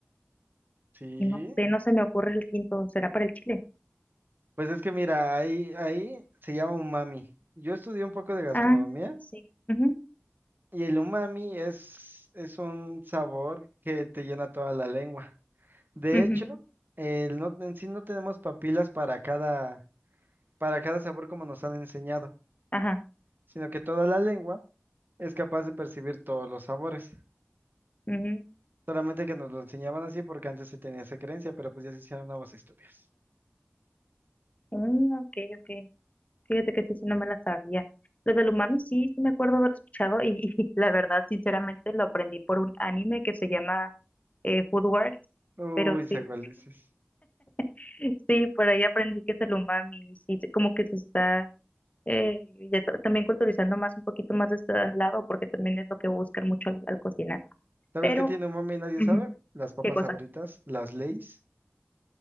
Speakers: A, on the right (about 50°); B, on the left (about 35°).
A: Sí,
B: Y no sé, no se me ocurre el quinto. ¿Será para el chile?
A: pues es que mira, ahí, ahí se llama umami. Yo estudié un poco de gastronomía.
B: Ah, sí. Ujú,
A: Y el umami es, es un sabor que te llena toda la lengua. De
B: ujú,
A: hecho, el no, en sí no tenemos papilas para cada, para cada sabor como nos han enseñado,
B: Ajá.
A: sino que toda la lengua es capaz de percibir todos los sabores.
B: ujú.
A: Solamente que nos lo enseñaban así porque antes se tenía esa creencia, pero pues ya se hicieron nuevos estudios.
B: Mm, ok, ok. Fíjate que sí, sí, no me la sabía. Lo del umami sí, sí me acuerdo haber escuchado y, <laughs> y la verdad, sinceramente, lo aprendí por un anime que se llama eh, Food Wars.
A: Uy,
B: Pero
A: sé
B: sí,
A: cuál dices.
B: <laughs> sí, por ahí aprendí que es el umami. y Sí, se- como que se está eh, ya ta- también culturizando más, un poquito más de este lado, porque también es lo que buscan mucho al, al cocinar.
A: ¿Sabes
B: Pero,
A: qué tiene umami y nadie
B: ujú,
A: sabe? Las papas
B: ¿qué cosa?
A: sabritas, las Lay's.